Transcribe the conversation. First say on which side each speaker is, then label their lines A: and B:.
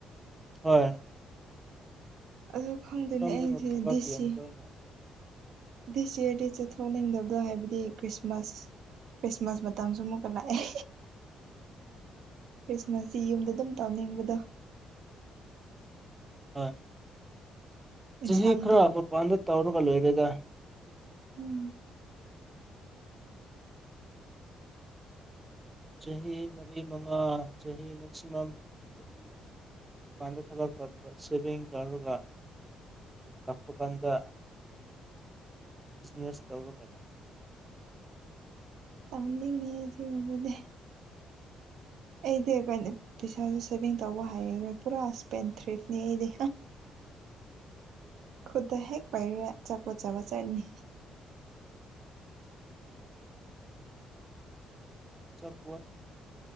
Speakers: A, on the right; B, on the right.
A: ꯍꯣꯏ
B: ꯑꯗ ꯈꯪꯗꯅꯦ
A: ꯑꯗꯣꯝꯗꯅ
B: ꯑꯩꯁꯦ
A: ꯊꯕꯛ
B: ꯗꯦꯁꯤ
A: ꯌꯥꯝꯗꯧ ꯃꯥꯜꯂꯦ
B: ꯗꯤꯁ ꯏꯔꯗꯤ ꯆꯠꯊꯣꯛꯅꯤꯡꯗꯕꯗꯣ ꯍꯥꯏꯕꯗꯤ ꯈ꯭ꯔꯤꯁꯃꯥꯁ ꯈ꯭ꯔꯤꯁꯃꯥꯁ ꯃꯇꯝꯁꯨ ꯑꯃꯨꯛꯀ ꯂꯥꯛꯑꯦ ꯈ꯭ꯔꯤꯁꯃꯥꯁꯁꯤ ꯌꯨꯝꯗ ꯑꯗꯨꯝ ꯇꯧꯅꯤꯡꯕꯗꯣ
A: ꯑ ꯆꯍꯤ
B: ꯏꯟꯁꯥꯡꯗꯣ
A: ꯈꯔꯕ ꯄꯥꯟꯗ ꯇꯧꯔꯒꯂ ꯑꯣꯏꯒꯒ
B: ꯎꯝ
A: ꯆꯍꯤ ꯃꯔꯤ ꯃꯉꯥ ꯆꯍꯤ ꯃꯦꯛꯁꯤꯃꯝ ꯆꯍꯤ ꯑꯍꯨꯝ ꯄꯥꯟꯗ ꯊꯂ ꯇꯒ ꯁꯦꯚꯡ ꯀꯔꯒ ꯂꯄꯨ ꯀꯥꯟꯗ ꯕꯤꯖꯤꯅꯦꯁ ꯇꯔꯛꯦ
B: ꯇꯧꯅꯤꯡꯉꯦ ꯁꯤꯒꯕꯗꯤꯦ ꯑꯩꯗꯤ ꯀ ꯄꯩꯁꯥꯁꯨ ꯁꯦꯚꯤꯡ ꯇꯧꯕ ꯍꯥꯏꯔꯣꯏ ꯄꯨꯔꯥ ꯏꯁꯄꯦꯟ ꯊ꯭ꯔꯤꯐꯅꯦ ꯑꯩꯗꯤ ꯈꯨꯗ ꯍꯦꯛ ꯄꯥꯏꯔ ꯆꯠꯄꯣꯠ ꯆꯥꯄ ꯆꯠꯅꯤ
A: ꯆꯠꯄꯠ